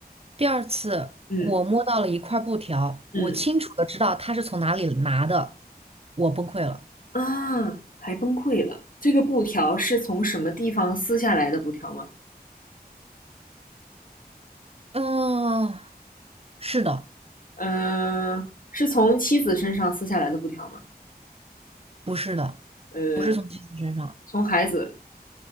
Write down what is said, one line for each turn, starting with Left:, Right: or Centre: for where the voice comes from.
Right: 第二次，
Left: 嗯
Right: 我摸到了一块布条，
Left: 嗯
Right: 我清楚的知道他是从哪里拿的，我崩溃了。
Left: 啊，还崩溃了。这个布条是从什么地方撕下来的布条吗？
Right: 嗯，是的，
Left: 嗯、是从妻子身上撕下来的布条吗？
Right: 不是的，
Left: 呃，
Right: 不是从妻子身上，
Left: 从孩子，